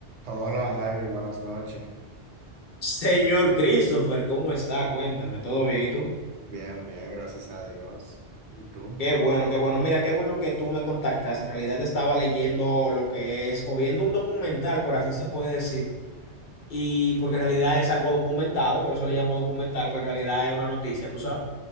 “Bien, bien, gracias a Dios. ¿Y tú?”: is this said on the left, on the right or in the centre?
Right